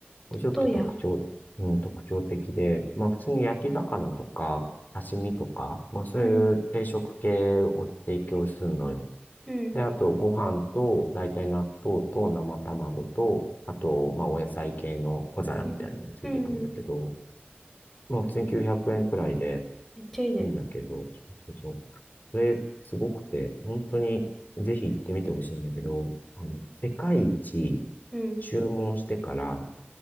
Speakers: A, on the left; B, in the centre.
A: これちょっと特徴、
B: どうや
A: うん、特徴的で、まあ普通に焼き魚とか、刺身とか、まあそういう定食系を提供するのよ。
B: うん、うん、
A: で、あと、ご飯と、大体納豆と生卵と、あと、まあ、お野菜系の小皿みたいなのがついてくるんだけど、
B: うん、うん。うん
A: まあ、普通に900円くえんくらいで
B: めっちゃいいね。
A: いいんだけど、そうそうそう。れ、すごくて、本当に、ぜひ行ってみてほしいんだけど、あの、世界一
B: うん。
A: 注文してから